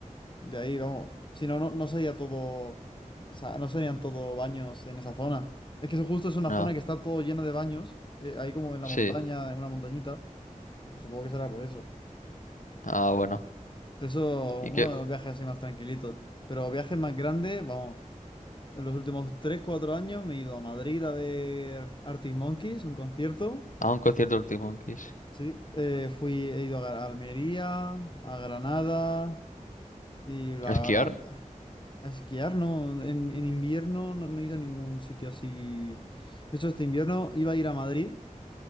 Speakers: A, on the left; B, on the left.
A: de ahí, vamos. Si no, no, no sería todo, o sea, no serían todo baños en esa zona. Es que eso justo es una
B: No.
A: zona que está todo llena de baños, eh, ahí como en la
B: Sí.
A: montaña, en una montañita, y supongo que será por eso.
B: Ah, bueno.
A: Eso,
B: ¿Y
A: uno
B: qué?
A: de los viajes así más tranquilitos, pero viajes más grandes, vamos. En los últimos tres cuatro años me he ido a Madrid a ver Arctic Monkeys, un concierto.
B: A un concierto del Monkeys.
A: Sí, eh, fui, he ido a Gra- a Almería, a Granada y la-
B: ¿A esquiar?
A: la- a esquiar, ¿no? En, en invierno no, no he ido a ningún sitio así. De hecho, este invierno iba a ir a Madrid,